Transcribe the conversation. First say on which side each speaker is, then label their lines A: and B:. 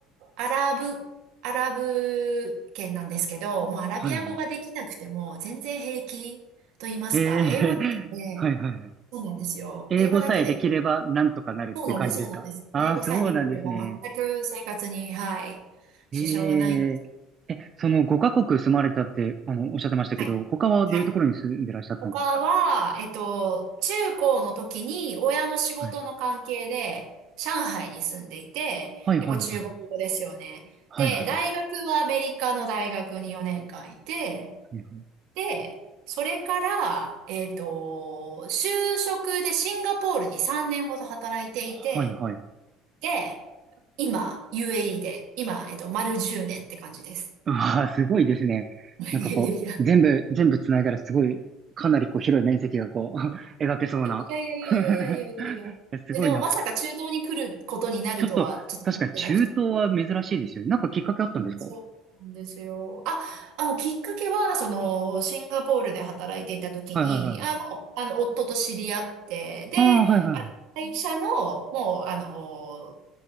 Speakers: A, on the right; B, on the right.
A: アラブ、アラブ圏なんですけど、もうアラビア語ができなくても全然平気と言いますか、
B: はいはい。ええ <laughs>
A: 英語だけで、
B: はいはいはい。
A: そうなんですよ。
B: 英語さえできればなんとかなるっていう感じですかああー、
A: 英語だけで。そうなんです、そうなんです。英語さえできれば全く生活に、
B: そうなんですね。
A: はい、支障はない。
B: えええ、その5カ国住まれたって、あの、おっしゃってましたけど、
A: はい、
B: 他はどういうところに住んでらっしゃったんですか
A: はい。他は、えっと、中高の時に親の仕事の関係で上海に住んでいて、
B: はい、はいはいはい。
A: で、これ中国語ですよね。
B: はいはいはい。
A: で、大学はアメリカの大学に4年間いて、
B: はい
A: で、それから、えっと、就職でシンガポールに3年ほど働いていて、
B: はい。
A: で、今、UAE で、今、えっと、丸10年って感じです。
B: ああ、すごいですね。
A: <laughs>
B: なんかこう、
A: いやいやいや。
B: 全部、全部繋いだらすごい、かなりこう広い面積がこう、<laughs> 描けそうな。
A: いやいやいやいやいやいやいやいや。
B: <laughs> すごいな。
A: で、でもまさか中東に来ることになるとはちょっと思ってなくて。
B: ちょっと、確かに中東は珍しいですよね。
A: う
B: なんかきっかけあったんですかは
A: んそうなんですよ。あ、あ、もうきっかけは、その、シンガポールで働いていた時に、
B: いはいはい。
A: あ、もう、あの、夫と知り合って、で、
B: ああ、はいはいはい。
A: あ会社の、もう、あの、